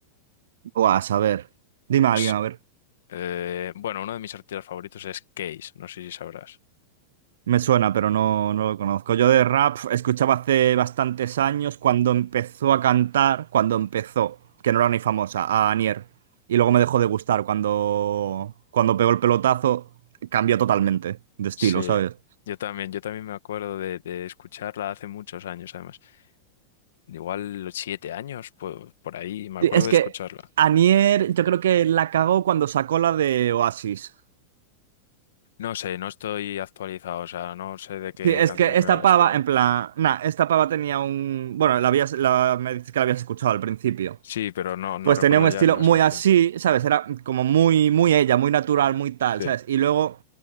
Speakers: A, on the right; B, on the left.
A: buah, a saber. Dime
B: Es,
A: a alguien, a ver.
B: eh, bueno, uno de mis artistas favoritos es Case, no sé si sabrás.
A: Me suena, pero no, no lo conozco. Yo de rap escuchaba hace bastantes años cuando empezó a cantar, cuando empezó, que no era ni famosa, a Anier. Y luego me dejó de gustar cuando, cuando pegó el pelotazo, cambió totalmente de estilo,
B: Sí,
A: ¿sabes?
B: yo también, yo también me acuerdo de, de escucharla hace muchos años, además. Igual los siete años, pues por ahí, me acuerdo
A: Sí, Es
B: de
A: que
B: escucharla.
A: Anier yo creo que la cagó cuando sacó la de Oasis.
B: No sé, no estoy actualizado, o sea, no sé de qué
A: Sí, es
B: canciones
A: que esta
B: me hablas,
A: pava,
B: pero...
A: en plan, nah, esta pava tenía un... Bueno, la habías, la- me dices que la habías escuchado al principio.
B: Sí, pero no, no
A: Pues
B: recuerdo
A: tenía un estilo
B: ya ni las
A: muy
B: canciones.
A: así, ¿sabes? Era como muy, muy ella, muy natural, muy tal,
B: Sí,
A: ¿sabes? Y luego